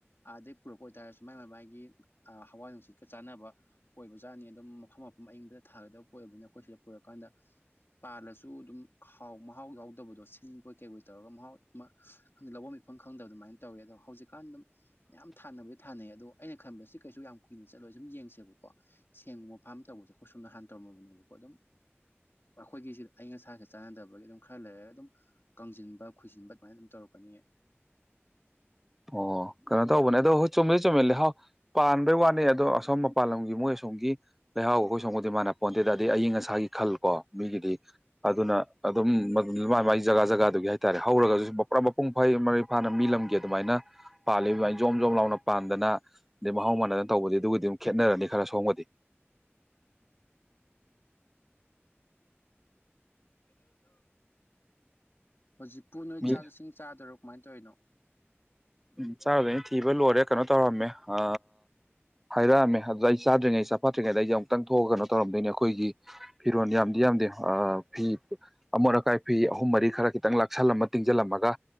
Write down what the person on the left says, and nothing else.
ꯑꯗꯩ ꯄꯨꯔꯛꯄ ꯑꯣꯏꯇꯥꯔꯁꯨ ꯃꯥꯏ ꯃꯕꯥꯏꯒꯤ ꯑ ꯍꯋꯥ ꯅꯨꯡꯁꯤꯠꯀ ꯆꯥꯅꯕ ꯑꯣꯏꯕꯖꯥꯠꯅꯤ ꯑꯗꯨꯝ ꯃꯐꯝ ꯃꯐꯝ ꯑꯌꯤꯡꯕꯗ ꯊꯥꯒꯗꯞ ꯄꯣꯏꯕꯅ ꯑꯈꯣꯏ ꯁꯤꯗ ꯄꯨꯔꯀꯥꯟꯗ ꯄꯥꯜꯂꯁꯨ ꯑꯗꯨꯝ ꯍꯥꯎ ꯃꯍꯥꯎ ꯌꯥꯎꯗꯕꯗꯣ ꯁꯤꯜꯕꯣꯏ ꯀꯩꯕꯣꯏ ꯇꯧꯔꯒ ꯃꯍꯥꯎ ꯑꯝ ꯍꯪꯗꯦ ꯂꯧꯕꯝ ꯃꯤꯐꯝ ꯈꯪꯗꯕ ꯑꯗꯨꯃꯥꯏꯟ ꯇꯧꯋꯦ ꯑꯗꯣ ꯍꯧꯖꯤꯛꯀꯥꯟ ꯗꯨꯝ ꯌꯥꯝ ꯊꯥꯅꯕꯗꯤ ꯊꯥꯅꯩ ꯑꯗꯣ ꯑꯩꯅ ꯈꯟꯕꯗ ꯁꯤ ꯀꯩꯁꯨ ꯌꯥꯝ ꯀꯨꯏꯅ ꯆꯠꯂꯣꯏ ꯁꯨꯝ ꯌꯦꯡꯁꯦꯕꯀꯣ ꯁꯦꯡꯒꯨꯝꯕ ꯐꯥꯔꯝ ꯇꯧꯕꯁꯦ ꯑꯩꯈꯣꯏ ꯁꯣꯝꯗ ꯍꯥꯟ ꯇꯧꯔꯝꯃꯕꯅꯦꯕꯀꯣ ꯑꯗꯨꯝ ꯑꯈꯣꯏꯒꯤꯁꯤꯗ ꯑꯏꯪ ꯑꯁꯥꯒꯁ ꯆꯥꯟꯅꯗꯕꯒꯤ ꯑꯗꯨꯝ ꯈꯔ ꯂꯩꯔꯒ ꯑꯗꯨꯝ ꯀꯪꯖꯤꯟꯕ ꯈꯨꯏꯖꯤꯟꯕ ꯑꯗꯨꯃꯥꯏꯅ ꯑꯗꯨꯝ ꯇꯧꯔꯛꯀꯅꯤꯌꯦ
ꯀꯩꯗꯧꯔꯤꯅꯣ ꯍꯧꯖꯤꯛꯄꯨ ꯅꯣꯏ
ꯆꯥꯛ ꯏꯁꯤꯡ ꯆꯥꯗꯣꯏꯔꯣ ꯀꯃꯥꯏꯟ ꯇꯧꯔꯤꯅꯣ